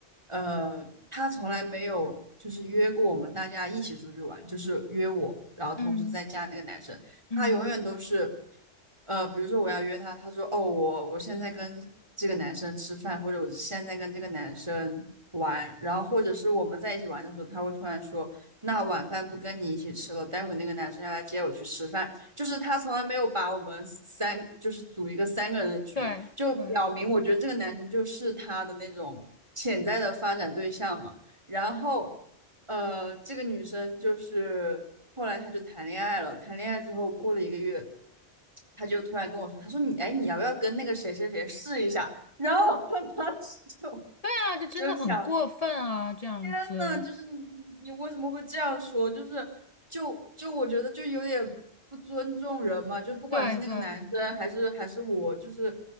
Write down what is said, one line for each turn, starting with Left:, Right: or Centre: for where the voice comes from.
Right: 呃，他从来没有就是约过我们大家一起出去玩，就是约我，然后同时再加那个男生，
Left: 嗯嗯，
Right: 他永远都是呃，比如说我要约他，他说哦，我我现在跟这个男生吃饭，或者我现在跟这个男生玩，然后或者是我们在一起玩的时候，他会突然说，那晚饭不跟你一起吃了，待会那个男生要来接我去吃饭。就是他从来没有把我们三就是组一个三个人的局，
Left: 对对
Right: 就表明我觉得这个男生就是他的那种潜在的发展对象嘛。然后，呃，这个女生就是后来她就谈恋爱了，谈恋爱之后过了一个月，他就突然跟我说，他说你哎你要不要跟那个谁谁谁试一下？然后 <laughs> 他当时就
Left: 对啊，这真的很过分啊，
Right: 就想
Left: 这样子。
Right: 天呐，就是你你为什么会这样说？就是就就我觉得就有点不尊重人嘛，就不管是那个男生还是还是我，
Left: 对对，
Right: 就是